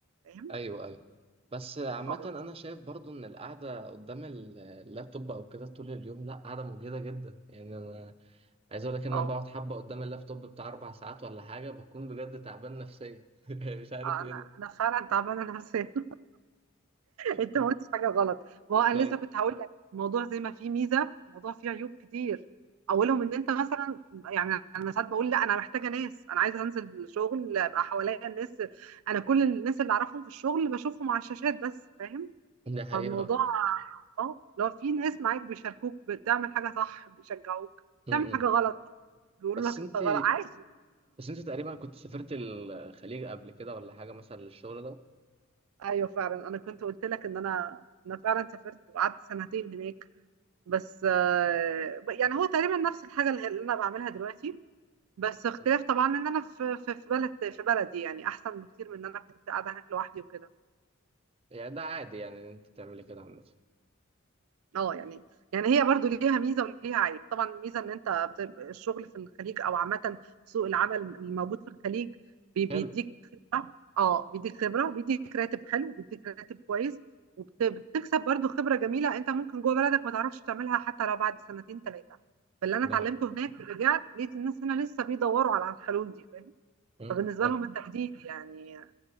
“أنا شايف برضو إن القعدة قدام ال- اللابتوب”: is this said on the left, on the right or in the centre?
Right